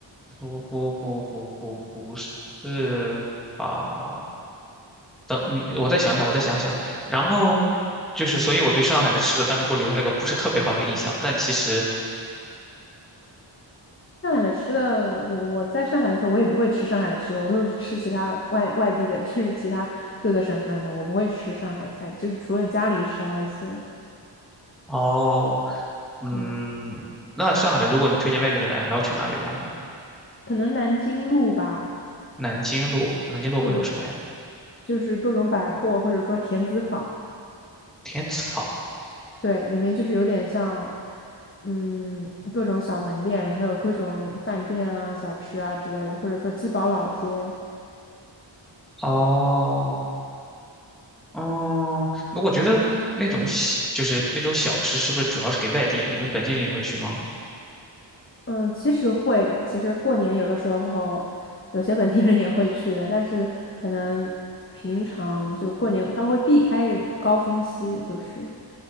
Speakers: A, in the centre; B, on the left (about 25°).
A: 不不不不不不是啊。等你，我再想想，我再想想。然后就是，所以我对上海的吃的当时给我留下了一个不是特别好的印象。但其实，
B: 上海的吃的，我我在上海的时候，我也不会吃上海的吃的，我都是吃其他外外地的，就是其他各个省份的，我不会吃上海菜，就是除了家里烧一些，
A: 哦，嗯，
B: 嗯，
A: 那上海如果你推荐外地人来，还要去哪里玩呢？
B: 可能南京路吧，
A: 南京路，南京路会有什么呀？
B: 或者是就是各种百货，或者说田子坊，
A: 天子坊。
B: 对，里面就是有点像，嗯，各种小门店，然后有各种饭店啊、小吃啊之类的，或者说鸡宝老街。
A: 哦，哦，那我觉得那种小就是那种小吃，是不是主要是给外地？你们本地人也会去吗？
B: 嗯，其实会的。其实过年有的时候，有些本地人也会去的，但是可能平常就过年他们会避开高峰期，就是